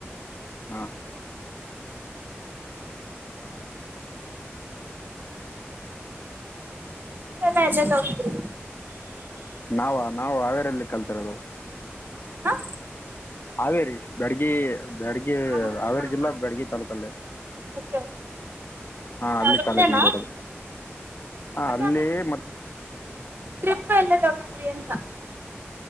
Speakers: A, on the left; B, on the right.
A: ಹಾ
B: ಎಲೆಲ್ಲಿ ಹೋಗಿದ್ರಿ
A: ನಾವ ನಾವು ಹಾವೇರಲ್ಲಿ ಕಲ್ತಿರೋದು.
B: ಹಾಂ
A: ಹಾವೇರಿ ಬ್ಯಾಡ್ಗಿ ಬ್ಯಾಡ್ಗಿ
B: ಹಾಂ ಹಾಂ
A: ಹಾವೇರಿ
B: ಹಾಂ
A: ಜಿಲ್ಲಾ
B: ಹಾಂ
A: ಬ್ಯಾಡ್ಗಿ ತಾಲೂಕಲ್ಲಿ.
B: ಓಕೆ ಓಕೆ
A: ಹಾ ಅಲ್ಲಿ
B: ಅದೊಂದೇನಾ
A: ಕಾಲೇಜ್ ಮಾಡಿರೋದು ಹಾ
B: ಅಲ್ಲ
A: ಅಲ್ಲಿ ಮತೆ.
B: ಟ್ರಿಪ್ <unintelligible> ಅಂತ